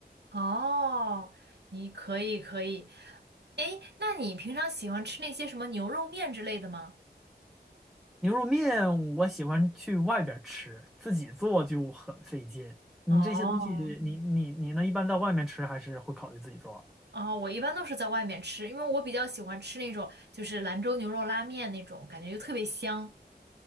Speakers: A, on the right; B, in the centre.
A: 哦，你可以可以，哎，那你平常喜欢吃那些什么牛肉面之类的吗？
B: 牛肉面我喜欢去外边儿吃，自己做就很费劲。你这些东西，
A: 哦
B: 你你你呢？一般在外面吃还是会考虑自己做？
A: 哦，我一般都是在外面吃，因为我比较喜欢吃那种就是兰州牛肉拉面那种，感觉就特别香。